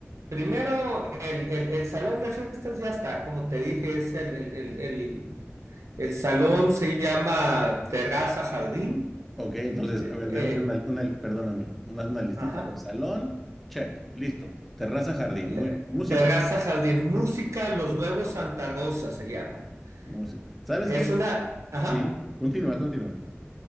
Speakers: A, on the right (about 90°); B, in the centre.
A: Primero, el, el- el salón de fiestas ya está, como te dije, es el, el, el, el, el salón se llama Terraza Jardín.
B: Ok, entonces,
A: Eh,
B: a ver,
A: eh,
B: déjame hacer una, una- perdóname, una, una listita.
A: ajá.
B: A ver, salón, check, listo. Terraza, jardín,
A: Le-
B: muy bien. Música,
A: Terraza Jardín Música, Los Nuevos Santa Rosa se llama.
B: música. ¿Sabes
A: Es
B: qué?
A: una, ajá,
B: Sí, continúa, continúa.